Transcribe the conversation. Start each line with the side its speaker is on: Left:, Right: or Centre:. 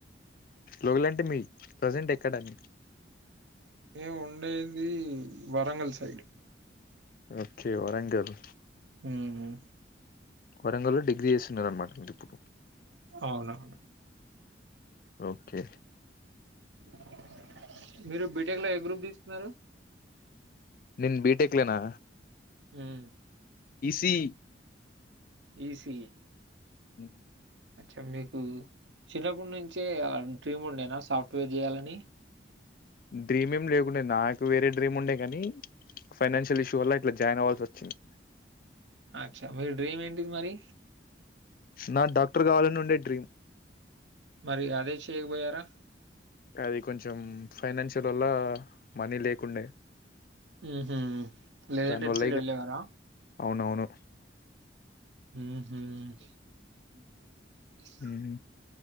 Left: లోకల్ అంటే మీ ప్రజెంట్ ఎక్కడ అని
Right: మేము ఉండేది వరంగల్ సైడ్
Left: ఓకే వరంగల్
Right: ఉమ్ హు
Left: వరంగల్ల్లో డిగ్రీ చేస్తున్నరానమాట మీరు ఇప్పుడు
Right: అవునవును
Left: ఓకే
Right: అ మీరు బీటెక్ లో ఏ గ్రూప్ తీస్ న్నారు
Left: నేన్ బీటెక్లనా
Right: ఉమ్
Left: ఈసిఈ
Right: ఈసిఈ
Left: ఉమ్
Right: అచ్చా మీకు చిన్నప్పటి నుంచే డ్రీమ్ ఉండేనా సాఫ్ట్వేర్ చేయాలని
Left: డ్రీమ్ ఏం లేకుండే నాకు వేరే డ్రీమ్ ఉండే కానీ ఫైనాన్షియల్ ఇష్యూ వల్ల ఇట్లా జాయిన్ అవ్వాల్సి వచ్చింది
Right: అచ్చా మీ డ్రీమ్ ఏంటిది మరి
Left: నా డాక్టర్ కావాలని ఉండే డ్రీమ్
Right: మరి అదే చేయకపోయారా
Left: అది కొంచెం ఫైనాన్షియల్ వల్ల మనీ లేకుండే
Right: ఉంహు లేదంటే
Left: దాని
Right: ఎటు
Left: వల్ల
Right: సైడ్
Left: ఇక
Right: వెళ్ళేవారా
Left: అవునవును
Right: ఉమ్ హు స
Left: మ్మ్.